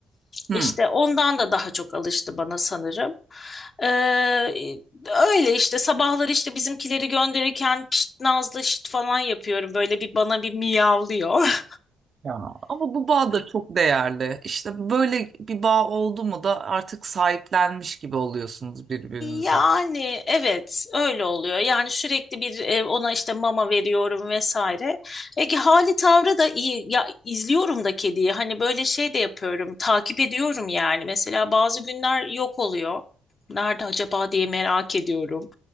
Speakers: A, on the right; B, on the left.
A: Hmm.
B: İşte ondan da daha çok alıştı bana sanırım. Ee, öyle işte sabahları işte bizimkileri gönderirken pişt nazlı şit falan yapıyorum. Böyle bir bana bir miyavlıyor.
A: ya. Ama bu bağ da çok değerli. İşte böyle bir bağ oldu mu da artık sahiplenmiş gibi oluyorsunuz birbirinize.
B: Yani evet öyle oluyor. Yani sürekli bir e, ona işte mama veriyorum vesaire. E, hali tavrı da iyi. Ya izliyorum da kediyi. Hani böyle şey de yapıyorum. Takip ediyorum yani. Mesela bazı günler yok oluyor. Nerede acaba diye merak ediyorum.